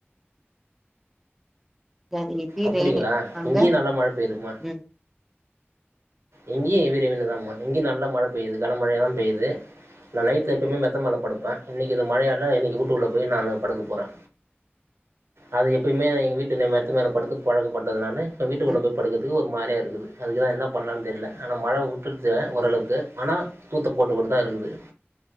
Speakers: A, in the centre; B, on the right.
A: அது ஹெவி
B: அப்டிங்களா
A: ரெயினு அங்க
B: இங்கேயு நல்லா மழ பேய்துங்கமா
A: ம்
B: இங்கேயு எவி ரெய்னு தா மா இங்க நல்ல மழ பெய்யுது கன மழயாதா பெய்து நா நைட்ல எப்போயுமே மெத்த மேலே படுப்பே இன்னைக்கி இந்த மழயால இன்னைக்கு வூட்டுக்குள்ளே போய் நானு படுக்க போறே அது எப்யுமே எங்க வீட்டு மெத்த மேல படுத்து பழக்கப்பட்டதுனால எங்க வீட்டுக்குள்ள
A: ம்
B: போய் படுக்குறதுக்கு ஒரு மாரியா இருக்குது அதுக்குதா என்ன ப பண்லானு தெரில ஆனா மழ வுட்டுச்சு ஓரளவுக்கு ஆனா தூத்த போட்டு கொண்டு தாஇருக்குது